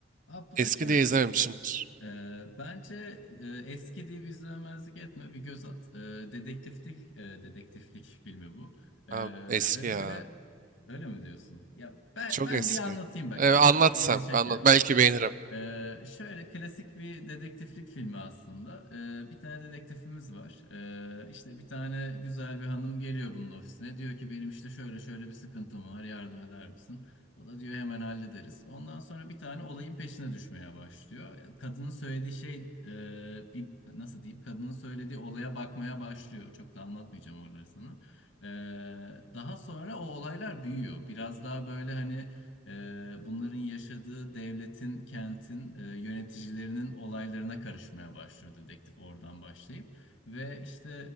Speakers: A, on the left; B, on the right.
A: Abi bu
B: Eski
A: da şöyle.
B: diye izlememişimdir.
A: Ee, bence e, eski diye bir izlemezlik etme bir göz at. Ee, dedektiflik e, dedektiflik filmi bu. Ee,
B: Abi eski
A: ve
B: ya.
A: böyle öyle mi diyorsun? Ya ben,
B: Çok
A: ben
B: eski.
A: bir anlatayım bak
B: Ee, anlat
A: belki ilgini
B: sen.
A: çeker.
B: Anlat. Belki beğenirim.
A: Ee, şöyle klasik bir dedektiflik filmi aslında. Ee, bir tane dedektifimiz var. Ee, işte bir tane güzel bir hanım geliyor bunun ofisine. Diyor ki benim işte şöyle şöyle bir sıkıntım var yardım eder misin? O da diyor hemen hallederiz. Ondan sonra bir tane olayın peşine düşmeye başlıyor. Yani Kadının söylediği şey e, bir nasıl diyeyim? Kadının söylediği olaya bakmaya başlıyor. Çok da anlatmayacağım oraları sana. Ee, daha sonra o olaylar büyüyor. Biraz daha böyle hani ee, bunların yaşadığı devletin, kentin, e, yöneticilerinin olaylarına karışmaya başlıyor dedektif oradan başlayıp. Ve işte